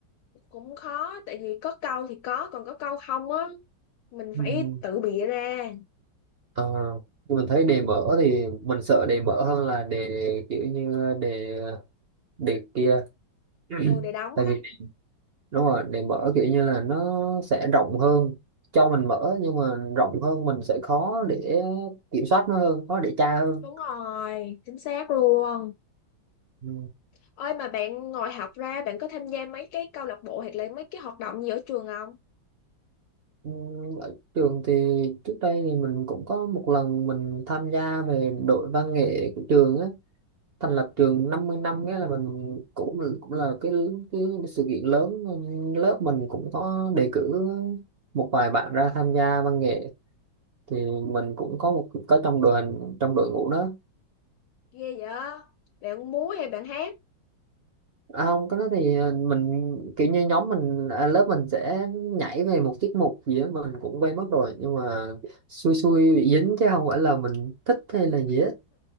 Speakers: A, on the left; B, on the right.
A: cũng khó tại vì có câu thì có còn có câu không á mình
B: ừ.
A: phải tự bịa ra
B: Ờ, nhưng mình thấy đề mở thì mình sợ đề mở hơn là đề kiểu như đề đề kia <clears throat>
A: ừ để đóng
B: tại vì
A: á
B: đúng rồi để mở kiểu như là nó sẽ rộng hơn cho mình mở nhưng mà rộng hơn mình sẽ khó để kiểm soát nó hơn khó để tra hơn
A: đúng rồi chính xác luôn
B: Ừ.
A: ơi mà bạn ngồi học ra bạn có tham gia mấy cái câu lạc bộ hoặc là mấy cái hoạt động gì ở trường không
B: Ừ, ở trường thì trước đây thì mình cũng có một lần mình tham gia về đội văn nghệ của trường á thành lập trường 50 năm nghĩa là mình cũng cũng là cái cái sự kiện lớn lớp mình cũng có đề cử một vài bạn ra tham gia văn nghệ thì mình cũng có một có trong đội hình trong đội ngũ đó
A: ghê vậy bạn múa hay bạn hát
B: À, không cái đó thì ờ, mình kiểu như nhóm mình à, lớp mình sẽ nhảy về một tiết mục gì đó mình cũng quen mất rồi nhưng mà xui xui bị dính chứ không phải là mình thích hay là gì hết